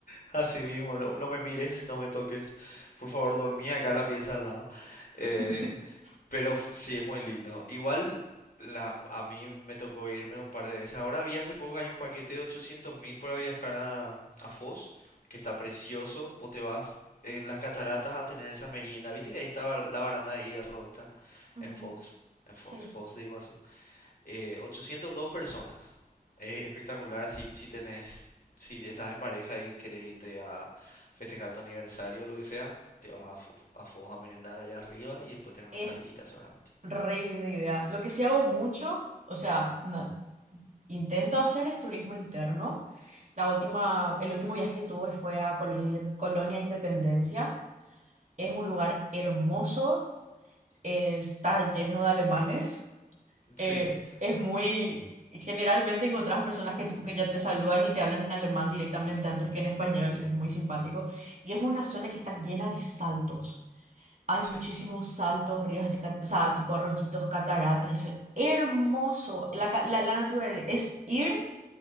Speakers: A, on the left (about 60°); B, on the right (about 50°).
A: Así mismo, no, no me mires, no me toques. Por favor, dormí acá en la pieza al lado. Eh,
B: <laughs>
A: pero f- sí, es muy lindo. Igual la, a mí me tocó irme un par de veces. Ahora vi hace poco que hay un paquete de ochocientos mil para viajar a, a Foz, que está precioso. Vos te vas en las cataratas a tener esa merienda. ¿Viste que ahí estaba la baranda de hierro? Está
B: Ujú,
A: en Fox, en Fox,
B: Sí.
A: Foz de Iguazú. Eh, ochocientas dos personas. Es espectacular si, si tenés, si estás en pareja y querés irte a festejar tu aniversario o lo que sea, te vas a, Fo- a Foz a merendar allá arriba y después tener una
B: Es
A: salidita seguramente.
B: Re linda idea. Lo que sí hago mucho, o sea, na- intento hacer es turismo interno. La última, el último viaje que tuve fue a Colonia, Colonia Independencia. Es un lugar hermoso, eh, está lleno de alemanes.
A: Sí,
B: eh, es muy... Generalmente encontrás personas que, tipo, que ya te saludan y te hablan en alemán directamente antes que en español. Es muy simpático. Y es una zona que está llena de saltos. Hay
A: sí,
B: muchísimos saltos, ríos, así ca- o sea, tipo rollitos, cataratas, y eso es hermoso. La, ca- la, la naturaleza es ir